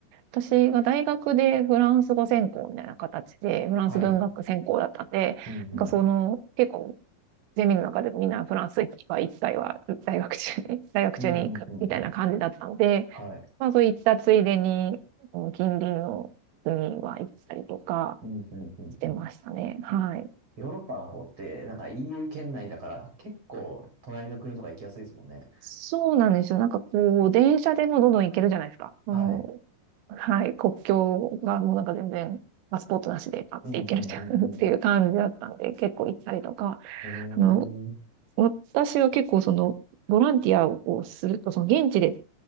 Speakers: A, on the right; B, on the right.
A: 私が大学でフランス語専攻みたいな形で、フランス文学専攻だったんで、
B: はい。うんうん。
A: なんかその、結構、ゼミの中でもみんなフランスは一回は大学中に、<laughs> 大学中に行くみたいな感じだったので、
B: うんうんうんうん。はい。
A: まあそういったついでに、その近隣の国は行ったりとか
B: うんうんうんうん。
A: してましたね。はい。
B: ヨーロッパの方って、なんか EU 圏内だから、結構隣の国とか行きやすいですもんね。
A: そうなんですよ。なんかこう、電車でもどんどん行けるじゃないですか。その
B: はい。
A: はい、国境がもうなんか全然パスポートなしでパッて行けるっていう
B: うん、うん、うん、
A: <laughs> っていう感じだったんで、
B: うん。
A: 結構行ったりとか、
B: へえ。
A: その、私は結構その、ボランティアをすると、その現地で